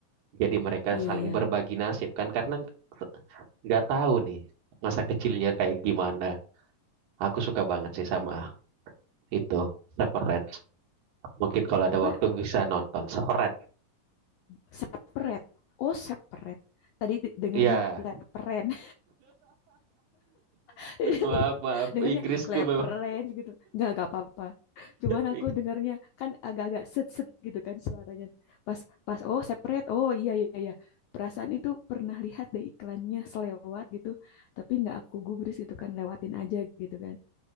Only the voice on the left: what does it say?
iya
ya
apa
separate oh separate tadi dengarnya
leperen <laughs>
dengarnya
lepren
gitu nggak nggak apa-apa cuman
aku dengarnya kan agak-agak set set gitu kan suaranya pas pas oh separate oh iya iya iya perasaan itu pernah lihat deh iklannya selewat gitu tapi nggak aku gubris gitu kan lewatin aja gitu kan